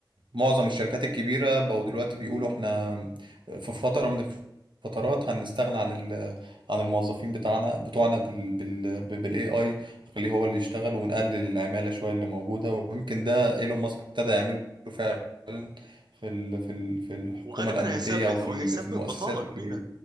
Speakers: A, on the right; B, on the right.
A: معظم الشركات الكبيرة بقوا دلوقتي بيقولوا احنا في فترة من الفترات هنستغنى عن ال- عن الموظفين بتاعنا بتوعنا بال بال بالاي اي خليه هو اللي يشتغل ونقلل العمالة شوية اللي موجودة ويمكن ده ايلون ماسك ابتدى يعمله فعلا في ال في ال في الحكومة
B: وغالبا
A: الأمريكية
B: هيسبب
A: أو في
B: وهيسبب
A: ال- في المؤسسات
B: بطاله
A: الكبيرة
B: كبيره